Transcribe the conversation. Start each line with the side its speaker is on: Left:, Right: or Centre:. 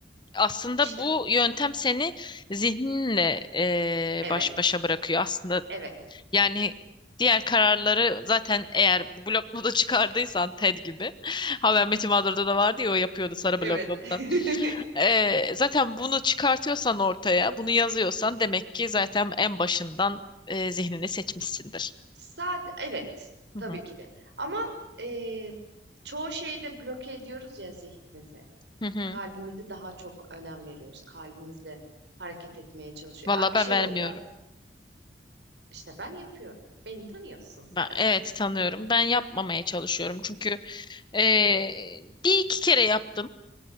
Left: Aslında
Right: İşte
Left: bu yöntem seni zihninle e,
Right: evet,
Left: baş başa bırakıyor. Aslında
Right: evet,
Left: Yani diğer kararları zaten eğer bu bloknotu çıkardıysan Ted gibi. <laughs> Ha ben Metin Mağdur'da da vardı ya o yapıyordu sarı
Right: Evet.
Left: bloknotta.
Right: <laughs>
Left: Ee, zaten bunu çıkartıyorsan ortaya, bunu yazıyorsan demek ki zaten en başından e, zihnini seçmişsindir.
Right: sadece evet
Left: Hı
Right: tabii
Left: hı.
Right: ki de. Ama eee, çoğu şeyde bloke ediyoruz ya zihnimizi.
Left: Hı hı.
Right: Kalbimizi daha çok önem veriyoruz. Kalbimizle hareket etmeye çalışıyoruz.
Left: Valla
Right: Aa, bir
Left: ben
Right: şey
Left: vermiyorum.
Right: oluyor. İşte ben yapıyorum. Beni tanıyorsun sen.
Left: Ben, evet tanıyorum. Ben yapmamaya çalışıyorum. Çünkü e, bir iki kere yaptım.